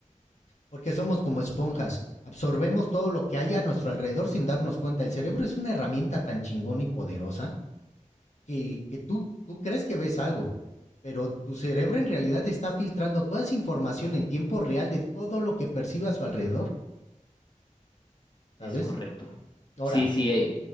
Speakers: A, on the left; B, on the left.
A: porque somos como esponjas, absorbemos todo lo que hay a nuestro alrededor sin darnos cuenta. El cerebro es una herramienta tan chingona y poderosa que, que tú, tú crees que ves algo, pero tu cerebro en realidad está filtrando toda esa información en tiempo real de todo lo que percibe a su alrededor, ¿sabes?
B: Es correcto.
A: Ahora,
B: Sí, sí, eh,